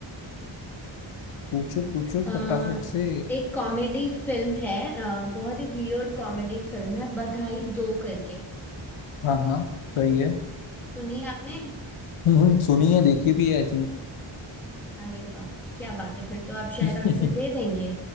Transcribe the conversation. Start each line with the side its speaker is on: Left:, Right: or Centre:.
Left: पूछो पूछो
Centre: अ,
Left: फटाफट से
Centre: एक कॉमेडी फिल्म है अ, बहुत ही वियर्ड कॉमेडी फिल्म है बधाई दो करके
Left: हाँ हाँ सही है
Centre: सुनी है आपने
Left: हम्म, सुनी है देखी भी है आई थिंक
Centre: अरे बाप रे क्या बात है फिर तो आप शायद
Left: <laughs>
Centre: आंसर दे देंगे